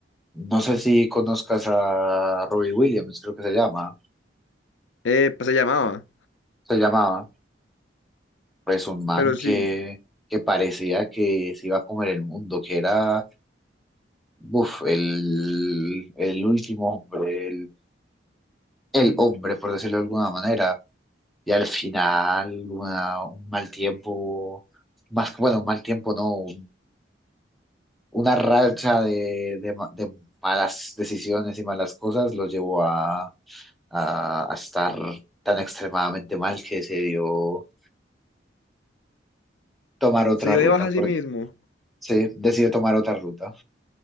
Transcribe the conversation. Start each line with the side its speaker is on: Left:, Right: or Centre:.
Centre: No sé si conozcas a Robbie Williams, creo que se llama.
Left: Eh, pues se llamaba,
Centre: Se llamaba, pues un man
Left: pero
Centre: que,
Left: sí,
Centre: que parecía que se iba a comer el mundo, que era, buf, el, el último hombre, el, el hombre, por decirlo de alguna manera. Y al final, una- un mal tiempo, más que, bueno, un mal tiempo, no, una racha de, de ma- de malas decisiones y malas cosas lo llevó a, a- a estar tan extremadamente mal que decidió tomar otra
Left: se dio
Centre: ruta.
Left: de baja a
Centre: Por,
Left: sí mismo.
Centre: sí, decidió tomar otra ruta.